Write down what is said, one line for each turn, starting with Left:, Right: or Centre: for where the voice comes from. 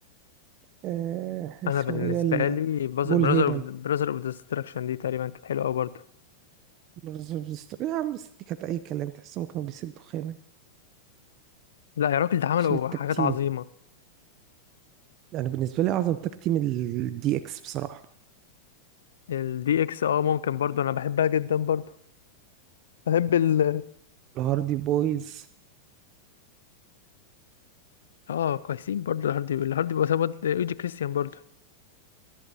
Right: آه
Left: انا
Right: اسمه
Left: بالنسبه
Right: إيه ده ال-
Left: لي براذر
Right: بول هيمن
Left: اوف براذر اوف ديستراكشن دي تقريبا كانت حلوه قوي برضو
Right: برزيرف ستار- يا عم بس دي كانت أي كلام تحسهم كانوا بيسدوا خانة
Left: لا يا راجل ده عملوا
Right: عشان التاك
Left: حاجات
Right: تيم
Left: عظيمه
Right: يعني بالنسبة لي أعظم تاك تيم الدي إكس بصراحة
Left: الدي اكس اه ممكن برضو انا بحبها جدا برضو بحب ال
Right: والهاردي بويز
Left: اه كويسين برضو الهاردي الهاردي بسبب ايجي كريستيان برضو